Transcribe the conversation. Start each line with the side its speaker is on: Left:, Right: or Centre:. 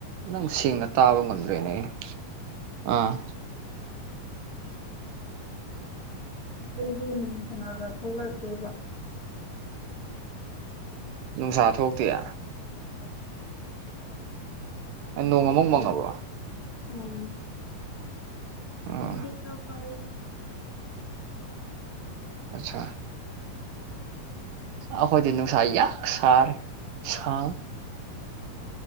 Right: ꯅꯪ ꯁꯦꯡꯅ
Left: ꯑꯩꯈꯣꯏꯗꯗꯤ
Right: ꯇꯥꯕ ꯉꯝꯗ꯭ꯔꯦꯅꯦ ꯑꯩꯅ ꯑꯥ
Left: ꯑꯗꯨꯗꯤ ꯅꯨꯡꯁꯥꯒ ꯊꯣꯛꯂꯛꯇꯦꯕ
Right: ꯅꯨꯡꯁꯥ ꯊꯣꯛꯇꯤꯌꯦ
Left: ꯎꯝ ꯅꯣꯡꯁꯨ
Right: ꯅꯣꯡ ꯑꯃꯨꯛ ꯃꯪꯉꯕ꯭ꯔꯣ
Left: ꯎꯝ
Right: ꯑꯥ
Left: ꯍꯧꯖꯤꯛꯇꯤ ꯈꯔ ꯐꯔꯦ
Right: ꯑꯠꯆꯥ ꯑꯈꯣꯏꯗꯤ ꯅꯨꯡꯁꯥ ꯌꯥꯛ ꯁꯥꯔꯦ ꯁꯥ
Left: ꯎꯝ